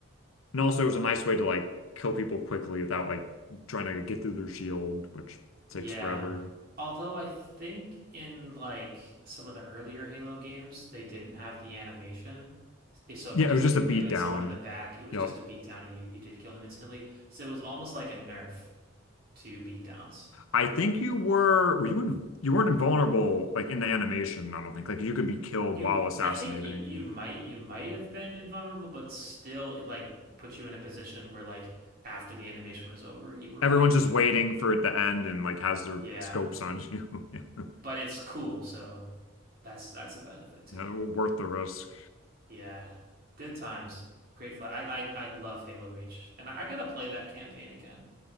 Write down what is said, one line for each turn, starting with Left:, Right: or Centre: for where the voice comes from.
Left: And also it was a nice way to like kill people quickly without like trying to get through their shield, which
Right: Yeah.
Left: takes forever.
Right: Although I think in like some of the earlier Halo games, they didn't have the animation. S- So if
Left: Yeah,
Right: you just
Left: it was just
Right: hit
Left: a beat
Right: meleeed
Left: down.
Right: someone in the back, it was
Left: Yep.
Right: just a beatdown and you, you did kill him instantly. So it was almost like a nerf to beatdowns.
Left: I think you were were you in, you weren't invulnerable like in the animation, I don't think. Like you could be killed
Right: You,
Left: while assassinating.
Right: I think you you might you might have been invulnerable, but still it like put you in a position where like after the animation was over, you were
Left: Everyone's
Right: weak
Left: just
Right: to.
Left: waiting for it to end and like has their
Right: Yeah.
Left: scopes on you. <laughs>
Right: But it's cool, so that's that's a benefit to
Left: Yeah,
Right: it.
Left: worth the risk.
Right: Yeah, good times. Great flag. I I I love Halo Reach, and I, I gotta play that campaign again.